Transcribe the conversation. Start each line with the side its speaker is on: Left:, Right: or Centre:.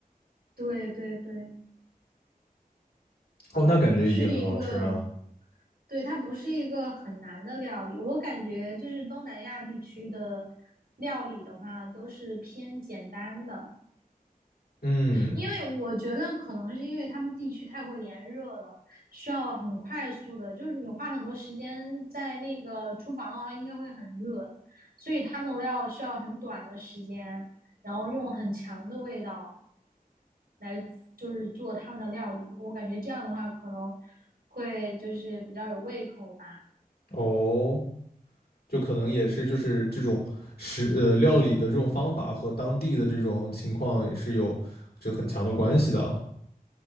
Right: 对对对，
Left: 哦，那感觉一定很好吃啊。
Right: 不是一个对，它不是一个很难的料理，我感觉就是东南亚地区的料理的话，都是偏简单的，
Left: 嗯，
Right: 因为我觉得可能是因为他们地区太过炎热了，需要很快速的，就是你花很多时间在那个厨房的话，应该会很热，所以他们要需要很短的时间，然后用很强的味道来就是做他们的料理，我感觉这样的话可能会就是比较有胃口吧。
Left: 哦，就可能也是就是这种食呃料理的这种方法和当地的这种情况也是有这很强的关系的啊